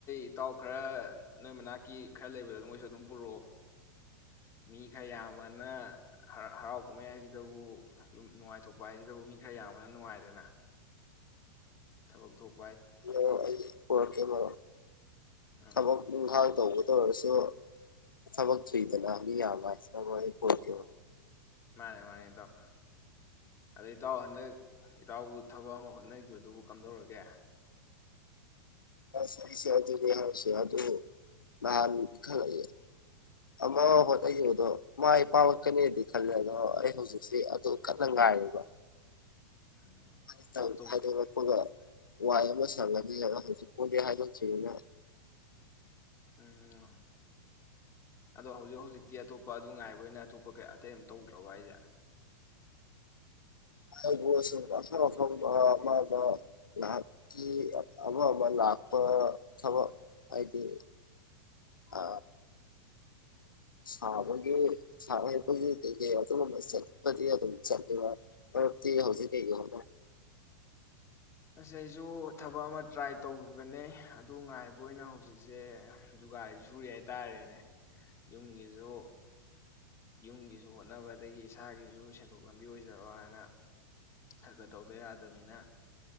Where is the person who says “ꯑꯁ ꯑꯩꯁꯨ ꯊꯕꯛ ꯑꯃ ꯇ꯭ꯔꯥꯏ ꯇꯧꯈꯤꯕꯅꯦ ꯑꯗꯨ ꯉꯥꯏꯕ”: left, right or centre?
Left